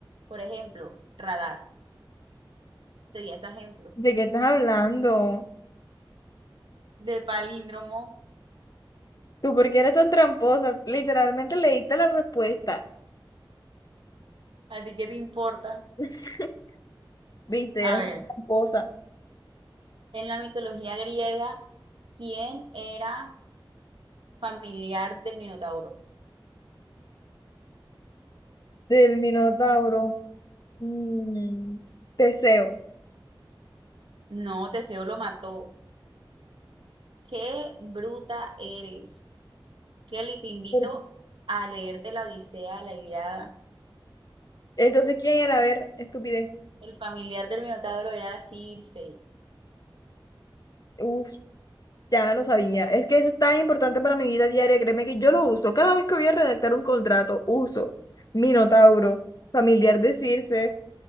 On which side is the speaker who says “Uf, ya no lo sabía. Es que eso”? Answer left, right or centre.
Left